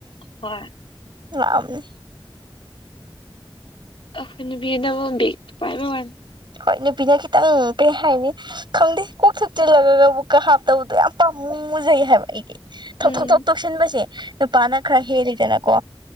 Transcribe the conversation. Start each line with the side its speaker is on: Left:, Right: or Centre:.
Left: ꯍꯣꯏ
Right: ꯂꯥꯛꯑꯕꯅꯤ
Left: ꯑꯩꯈꯣꯏ ꯅꯨꯕꯤꯗꯕꯨ ꯕꯦꯒꯛꯇꯨ ꯄꯥꯏꯕ ꯋꯥꯅꯤ
Right: ꯍꯣꯏ ꯅꯨꯄꯤꯅ ꯈꯤꯇꯪ ꯀꯩ ꯍꯥꯏꯅꯤ ꯈꯪꯗꯦ ꯀꯣꯛ ꯊꯛꯆꯤꯜꯂꯒ ꯕꯨꯛꯀ ꯍꯥꯞꯇꯕꯗꯣ ꯌꯥꯝ ꯄꯥꯝꯃꯨ ꯃꯨꯖꯩ ꯍꯥꯏꯕ ꯑꯩꯗꯤ ꯊꯧꯊꯣꯛ
Left: ꯎꯝ
Right: ꯇꯣꯛ ꯇꯣꯛꯁꯤꯟꯕꯁꯦ ꯅꯨꯄꯥꯅ ꯈꯔ ꯍꯦꯜꯂꯤꯗꯅꯀꯣ